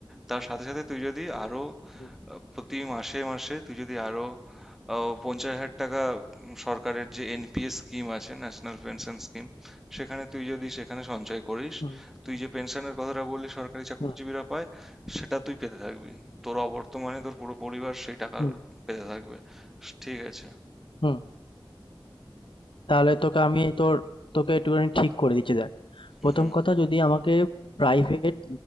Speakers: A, in the centre; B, on the left.
A: তার সাথে সাথে তুই যদি আরো আহ,
B: হুম
A: প্রতি মাসে মাসে তুই যদি আরো আহ, পঞ্চাশ হাজার টাকা উম, সরকারের যে এনপিএস স্কিম আছে ন্যাশনাল পেনশন স্কিম সেখানে তুই যদি সেখানে সঞ্চয় করিস
B: হুম
A: তুই যে পেনশনের কথাটা বললি সরকারি চাকরিজীবীরা
B: হুম
A: পায় সেটা তুই পেতে থাকবি তোর অবর্তমানে তোর পুরো পরিবার সেই টাকা
B: হুম
A: পেতে থাকবে ঠিক আছে
B: হুম তাহলে তোকে আমি তোর তোকে একটুখানি ঠিক করে দিচ্ছি দেখ প্রথম
A: হুম
B: কথা যদি আমাকে প্রাইভেট